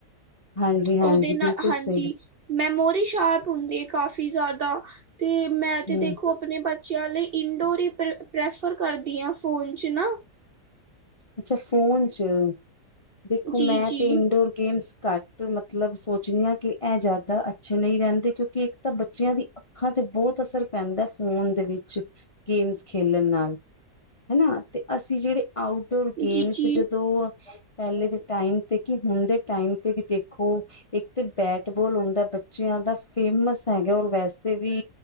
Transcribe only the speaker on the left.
ਹਾਂਜੀ-ਹਾਂਜੀ,
ਬਿਲਕੁਲ
ਸਹੀ
ਹੂੰ,
ਅੱਛਾ ਫੋਨ ਚ, ਦੇਖੋ
ਮੈਂ
ਤੇ ਇੰਡੋਰ ਗੇਮਸ ਘੱਟ ਮਤਲਬ ਸੋਚਣੀ ਹ, ਕਿ ਇਹ ਜ਼ਿਆਦਾ ਅੱਛੇ ਨਹੀਂ ਰਹਿੰਦੇ। ਕਿਉਂਕਿ ਇੱਕ ਤਾਂ ਬੱਚਿਆਂ ਦੀ- ਆੱਖਾਂ ਤੇ ਬਹੁਤ ਅਸਰ ਪੈਂਦਾ ਫੋਨ ਦੇ ਵਿੱਚ। ਗੇਮਸ ਖੇਲਣ ਨਾਲ, ਹਨਾ। ਤੇ ਅਸੀਂ ਜਿਹੜੇ ਆਊਟਡੋਰ ਗੇਮਸ
ਜਦੋਂ ਪਹਿਲੇ ਦੇ ਟਾਈਮ ਤੇ ਕਿ, ਹੁਣ ਦੇ ਟਾਈਮ ਤੇ ਵੀ ਦੇਖੋ। ਇੱਕ ਤਾਂ ਬੈਟਬੋਲ ਹੁੰਦਾ, ਬੱਚਿਆਂ ਦਾ ਫੇਮਸ ਹੈਗਾ ਔਰ ਵੈਸੇ ਵੀ।